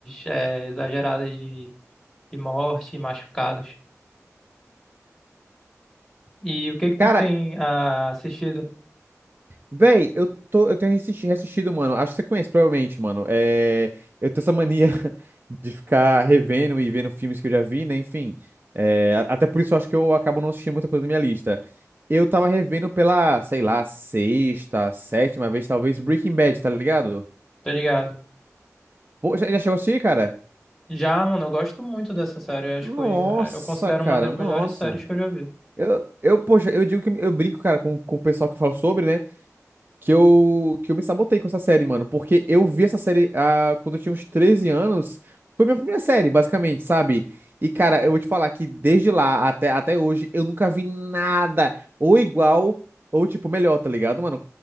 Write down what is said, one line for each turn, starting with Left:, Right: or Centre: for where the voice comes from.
Centre: eh, exageradas de, de morte e machucados. E o que que
Right: Cara,
Centre: tu tem ah, assistido?
Right: Véi, eu tô, eu tenho assistido, reassistido, mano. Acho que você conhece, provavelmente, mano. É, eu tenho essa mania <laughs> de ficar revendo e vendo filmes que eu já vi, né? Enfim. É, a- até por isso eu acho que eu acabo não assistindo muita coisa da minha lista. Eu tava revendo pela, sei lá, sexta, sétima vez, talvez, Breaking Bad, tá ligado?
Centre: Tá ligado?
Right: Pô, já, já chegou a assistir, cara?
Centre: Já, mano, eu gosto muito dessa série. Eu Acho
Right: Nossa,
Centre: que foi, eu considero
Right: cara,
Centre: uma das
Right: nossa.
Centre: melhores séries que eu já vi.
Right: Eu, eu, poxa, eu digo que eu brinco, cara, com, com o pessoal que eu falo sobre, né? que eu, que eu me sabotei com essa série, mano. Porque eu vi essa série ah, quando eu tinha uns 13 anos. Foi minha primeira série, basicamente, sabe? E, cara, eu vou te falar que desde lá até, até hoje eu nunca vi nada ou igual ou, tipo, melhor, tá ligado, mano?